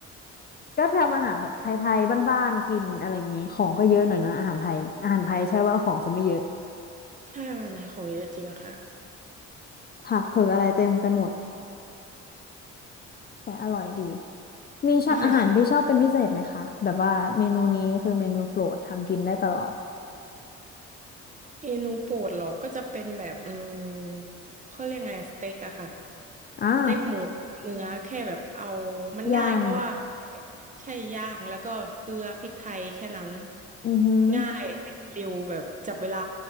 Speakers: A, on the left; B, on the right.
A: ก็ทำอาหารแบบไทยๆบ้านๆกินอะไรอย่างงี้ของก็เยอะหน่อยนะอาหารไทยอาหารไทยใช่ว่าของจะไม่เยอะ
B: ถ้าอะไรของเยอะจริงอะค่ะ
A: ผักเผือกอะไรเต็มไปหมด แต่อร่อยดี มีชอบอาหารที่ชอบเป็นพิเศษไหมคะแบบว่าเมนูนี้คือเมนูโปรดทำกินได้ตลอด
B: <laughs> เมนูโปรดเหรอก็จะเป็นแบบอืมเขาเรียกไงสเต็กอะค่ะ
A: อ่า
B: สเต็กหมูเนื้อแค่แบบเอามันง่ายเพราะว่าแค่แบบใช่ย่างแล้วก็เกลือพริกไทยแค่นั้น
A: ย่างอือหือ
B: ง่ายเร็วแบบจับเวลา